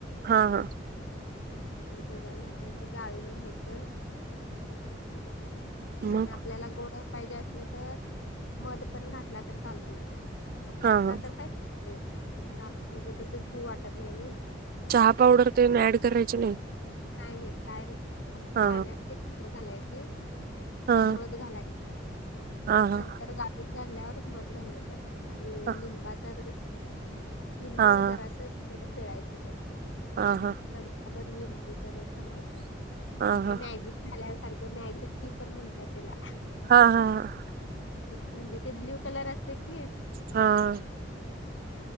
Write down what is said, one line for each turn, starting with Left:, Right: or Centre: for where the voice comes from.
Right: हा हा.
Left: त्याच्यानंतर ते गाळून घ्यायच.
Right: मग
Left: आणि आपल्याला गोर पाहिजे असल तर मध पण घातला तर चालतोय त्यात. नको
Right: हा
Left: असला
Right: हा
Left: तर कायच, ते तर म्हणजे तसच पिऊ वाटत नाही नाही.
Right: चहा पावडर तेन ऍड करायची नाही.
Left: काय नाही काय नाही फक्त
Right: हा
Left: पाण्या फल घालायची. आणि
Right: हा
Left: मध घालायच
Right: हा
Left: नंतर
Right: हा
Left: गाजून घाल्यावर मध घालायचा. आणि
Right: हा
Left: लिंबाचा रस, लिंबू
Right: हा
Left: जरास पिळायच त्यात.
Right: ह हां.
Left: चमचा भर लिंबूचा रस घालायचा
Right: हा
Left: आणि ते मॅजिक झााल्यासारख मॅजिक.. ती पण म्हणतात त्याला
Right: हा हा
Left: म्हणजे ते ब्ल्यू कलर असते कि.
Right: हा.